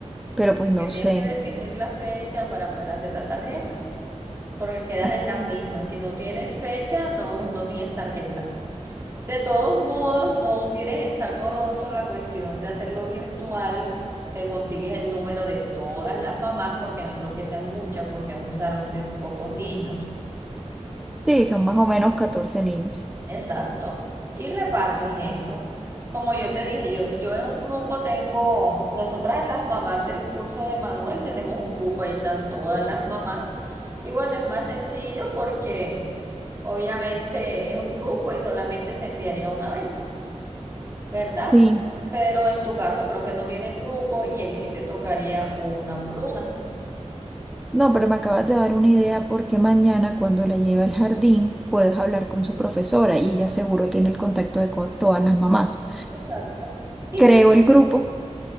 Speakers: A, in the centre; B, on the right (about 25°).
A: pero
B: Sí,
A: pues
B: porque
A: no
B: tienes
A: sé.
B: que definir la fecha para poder hacer la tarjeta, porque quedas
A: Eh,
B: en las mismas. Si no tienes fecha, no, no tienes tarjeta. De todos modos, no tires en saco roto la cuestión de hacerlo virtual. Te consigues el número de todas las mamás, porque no creo que sean muchas, porque es un salón de pocos niños.
A: Sí, son más o menos 14 niños.
B: Exacto. Y repartes eso. Como yo te dije, yo, yo en un grupo tengo, nosotras las mamás del curso de Manuel tenemos un grupo, ahí están todas las mamás. Y bueno, es más sencillo porque obviamente es un grupo y solamente se enviaría una vez, ¿verdad?
A: Sí,
B: Pero en tu caso creo que no tienes grupo y ahí sí te tocaría una por una.
A: no, pero me acabas de dar una idea porque mañana cuando la lleve al jardín puedes hablar con su profesora y ella seguro tiene el contacto de co- todas las mamás.
B: Exacto. Y
A: Creo
B: tú
A: el grupo